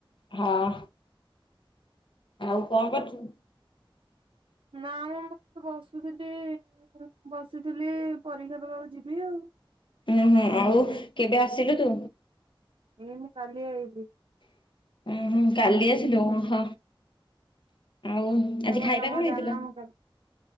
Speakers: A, on the left (about 60°); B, on the right (about 85°).
A: ହଁ। ଆଉ କଣ କରୁଚୁ।
B: ନା ମୁଁ ମୁଁତେ ବସୁଥିଲି। ବସିଥିଲି ପରୀକ୍ଷା ଦବାକୁ ଯିବି ଆଉ।
A: ଉୁଁ ହୁଁ ଆଉ କେବେ ଆସିଲୁ ତୁ।
B: ଏଇ ମୁଁ କାଲି ଆଇଲି।
A: ଉଁ ହୁଁ କାଲି ଆସିଲୁ ଓ ହ ଆଉ ଆଜି
B: ତମେ
A: ଖାଇବା
B: ଜମା
A: କଣ ହେଇଥିଲା?
B: ଜାନିନ ମୁଁ କା